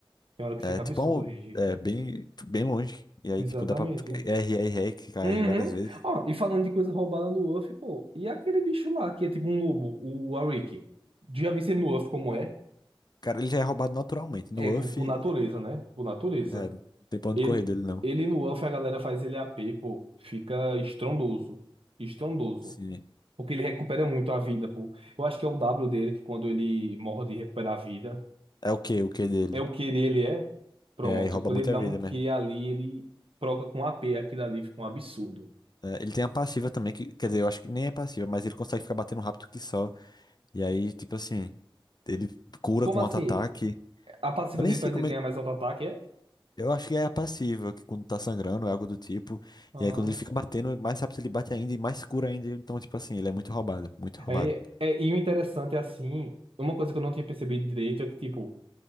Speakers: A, on the right; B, on the left.
A: Tem uma hora que
B: é
A: fica
B: tipo
A: absurdo
B: é um.
A: o range.
B: É bem, bem longe. E aí,
A: Exatamente.
B: tipo, dá pra. R, R, R, clicar
A: Uhum.
B: R várias vezes.
A: Ó, e falando de coisa roubada no Luffy, pô, e aquele bicho lá que é tipo um lobo, o Ariki? Já vi ele no Luffy como é?
B: Cara, ele já é roubado naturalmente. No
A: É,
B: UF,
A: por, por natureza, né? Por natureza.
B: é, não tem pra onde
A: Ele,
B: correr dele, não.
A: ele no Luffy, a galera faz ele AP, pô. Fica estrondoso. Estrondoso.
B: Sim.
A: Porque ele recupera muito a vida, pô. Eu acho que é o W dele, que quando ele morre de recuperar a vida,
B: É o que o que dele?
A: é o Q dele, é? Pronto.
B: É, e rouba
A: Quando
B: muita
A: ele dá
B: vida
A: um Q
B: mesmo.
A: ali, ele troca com AP. Aquilo ali fica um absurdo.
B: É, ele tem a passiva também, que, quer dizer, eu acho que nem é passiva, mas ele consegue ficar batendo rápido que só. E aí, tipo assim, ele cura
A: Como
B: com
A: assim?
B: auto-ataque.
A: A passiva
B: Eu nem
A: dele
B: sei
A: faz
B: como
A: ele ganhar
B: é.
A: mais auto-ataque, é?
B: Eu acho que é a passiva, que quando tá sangrando, é algo do tipo.
A: Ah.
B: E aí quando ele fica batendo, mais rápido ele bate ainda e mais cura ainda. Então, tipo assim, ele é muito roubado, muito roubado.
A: Aí, é, e o interessante é assim, uma coisa que eu não tinha percebido direito é que, tipo,